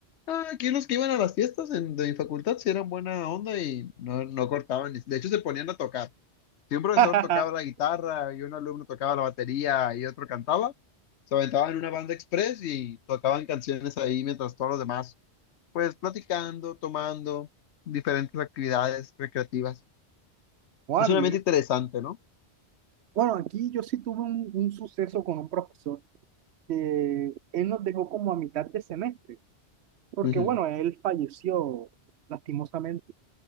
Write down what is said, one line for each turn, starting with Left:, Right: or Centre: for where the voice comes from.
Left: Ah, aquí los que iban a las fiestas en- de mi facultad sí eran buena onda y no, no cortaban. ni- De hecho, se ponían a tocar. Si un profesor
Right: <laughs>
Left: tocaba la guitarra y un alumno tocaba la batería y otro cantaba, se aventaban una banda express y tocaban canciones ahí mientras todos los demás, pues platicando, tomando diferentes actividades recreativas.
Right: Muy
Left: Es un
Right: bien.
Left: ambiente interesante, ¿no?
Right: Bueno, aquí yo sí tuve un, un suceso con un profesor que él nos dejó como a mitad de semestre, porque
Left: Ujú.
Right: bueno, él falleció lastimosamente.